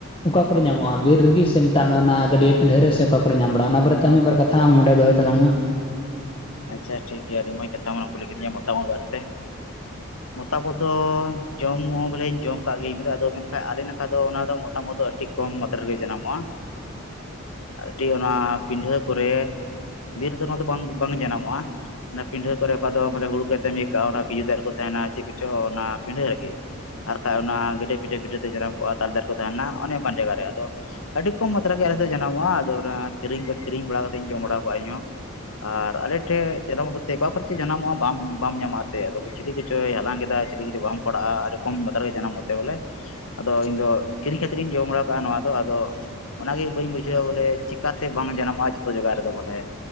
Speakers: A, on the left; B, on the left.
A: ᱚᱠᱟ ᱠᱚᱨᱮ ᱧᱟᱢᱚᱜᱼᱟ? ᱵᱤᱨ ᱨᱩᱜᱤ ᱥᱮ ᱢᱮᱛᱟᱜ ᱚᱱᱟ ᱜᱰᱭᱟᱹ ᱯᱤᱰᱷᱟᱹᱨ ᱨᱮ ᱚᱠᱟ ᱠᱚᱨᱮ ᱧᱟᱢ ᱵᱟᱲᱟᱜ ᱚᱱᱟ ᱵᱟᱨᱮᱦ ᱢᱤᱫᱵᱟᱨ ᱠᱟᱛᱷᱟ ᱟᱢ ᱚᱸᱰᱮ ᱫᱚᱦᱚᱭ ᱛᱟᱞᱟᱝ ᱢᱮ᱾
B: ᱟᱪ-ᱪᱷᱟ ᱴᱷᱤᱠ ᱜᱮᱭᱟ ᱟᱸᱰᱤ ᱢᱚᱡᱽ ᱠᱟᱛᱷᱟᱢ ᱠᱩᱞᱤ ᱠᱤᱫᱤᱧᱟ ᱢᱳᱛᱟᱢ ᱩᱫ ᱵᱟᱨᱮ ᱛᱮ᱾ ᱢᱚᱛᱟᱢ ᱩᱫ ᱫᱚ ᱡᱚᱢ ᱦᱚᱸ ᱵᱚᱞᱮ ᱡᱚᱢ ᱠᱟᱜ ᱜᱤᱭᱟᱹᱧ ᱵᱚᱞᱮ ᱟᱫᱚ ᱢᱮᱱ ᱵᱟᱠᱷᱟ ᱟᱞᱮ ᱱᱟᱠᱷᱟ ᱫᱚ ᱚᱱᱟ ᱫᱚ ᱢᱳᱴᱛᱟᱢ ᱩᱫ ᱫᱚ ᱟᱹᱰᱤ ᱠᱚᱢ ᱢᱟᱛᱨᱜᱮ ᱡᱟᱱᱟᱢᱚᱜᱼᱟ᱾ ᱟᱸᱰᱤ ᱚᱱᱟ ᱯᱤᱰᱷᱟᱹ ᱠᱚᱨᱮ ᱵᱤᱨ ᱫᱚ ᱚᱱᱟ ᱫᱚ ᱵᱟᱝ ᱵᱟᱝ ᱡᱟᱱᱟᱢᱚᱜᱼᱟ ᱾ ᱚᱱᱟ ᱯᱤᱰᱷᱟᱹ ᱠᱚᱨᱮ ᱚᱠᱟ ᱫᱚ ᱢᱟᱱᱮ ᱦᱩᱲᱩ ᱠᱟᱛᱮᱢ ᱭ ᱠᱟᱜᱼᱟ ᱚᱱᱟ ᱠᱷᱤᱡᱩᱨ ᱫᱟᱨ ᱨᱮ ᱠᱚ ᱛᱟᱦᱮᱱᱟ ᱪᱮᱫ ᱠᱚᱪᱚ ᱚᱱᱟ ᱯᱤᱰᱷᱟᱹ ᱨᱮᱜᱮ᱾ ᱟᱨ ᱠᱷᱟᱡ ᱚᱱᱟ ᱜᱟᱹᱰᱮ ᱯᱤᱴᱷᱟᱹᱭ ᱯᱤᱴᱷᱟᱹᱭ ᱛᱮ ᱡᱟᱱᱟᱢ ᱠᱚᱜᱼᱟ ᱛᱟᱞᱮ ᱫᱟᱨᱮ ᱠᱚ ᱛᱟᱦᱮᱱᱟ ᱚᱱᱮ ᱚᱱᱠᱟᱱ ᱡᱟᱭᱜᱟ ᱨᱮ ᱟᱫᱚ᱾ ᱟᱹᱰᱤ ᱠᱚᱢ ᱢᱟᱛᱨᱟ ᱜᱮ ᱟᱞᱮ ᱥᱮᱫ ᱡᱟᱱᱟᱢᱚᱜᱼᱟ ᱟᱫᱚ ᱚᱱᱟ ᱠᱤᱨᱤᱧ ᱠᱟᱠᱤᱨᱤᱧ ᱵᱟᱲᱟ ᱠᱟᱛᱮ ᱤᱧ ᱡᱚᱢ ᱵᱟᱲᱟᱣ ᱠᱟᱜᱼᱟ ᱤᱧᱦᱚᱸ᱾ ᱟᱨ ᱟᱞᱮ ᱴᱷᱮᱡ ᱡᱟᱱᱟᱢᱚᱜ ᱚᱠᱟ ᱠᱚᱨᱮ ᱪᱮᱫ ᱡᱟᱱᱟᱢᱚᱜᱼᱟ ᱵᱟᱢ ᱵᱟᱢ ᱧᱟᱢᱟ ᱮᱱᱛᱮ ᱞᱚᱠᱮᱥᱚᱼᱼ ᱪᱤᱞᱤ ᱠᱚᱪᱚᱭ ᱦᱟᱞᱟᱝ ᱠᱮᱫᱟ ᱪᱤᱞᱤ ᱠᱚᱪᱚ ᱵᱟᱢ ᱯᱟᱲᱟᱜᱼᱟ ᱟᱹᱰᱤ ᱠᱚᱢ ᱵᱟᱛᱟᱨᱮ ᱡᱟᱱᱟᱢᱚᱜ ᱛᱮ ᱵᱚᱞᱮ᱾ ᱟᱫᱚ ᱤᱧᱫᱚ ᱠᱤᱨᱤᱧ ᱠᱟᱛᱮᱫ ᱤᱧ ᱡᱚᱢ ᱵᱟᱲᱟᱣ ᱠᱟᱜᱼᱟ ᱱᱚᱣᱟ ᱫᱚ ᱟᱫᱚᱼᱼ ᱚᱱᱟᱜᱮ ᱵᱟᱹᱧ ᱵᱩᱡᱷᱟᱹᱣᱟ ᱵᱚᱞᱮ ᱪᱤᱠᱟᱛᱮ ᱵᱟᱝ ᱡᱟᱱᱟᱚᱜᱼᱟ ᱡᱚᱛᱚ ᱡᱟᱭᱜᱟ ᱨᱮᱫᱚ ᱵᱚᱞᱮ᱾